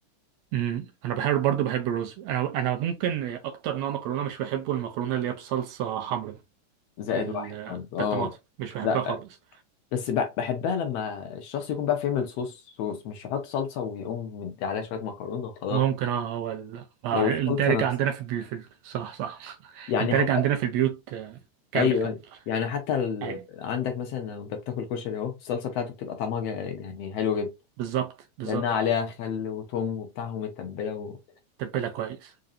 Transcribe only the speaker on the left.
زائد
واحد برضه
اه
لا
بس ب- بحبها لما الشخص يكون بقى يعمل صوص صوص مش يحط صلصة ويقوم مدي عليها شوية مكرونة وخلاص
لو الصلصة
نفسها
يعني
حتى
أيوه
أيوه يعني حتى ال...
عندك مثلا لو أنت بتاكل كشري أهو الصلصة بتاعته بتبقى طعمها جا- يعني حلو جدا
لأنها عليها خل وتوم وبتاع ومتبلة و...